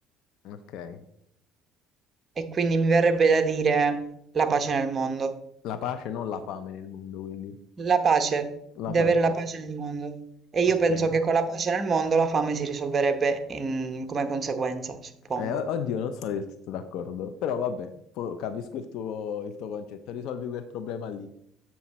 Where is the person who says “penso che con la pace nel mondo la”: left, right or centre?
Right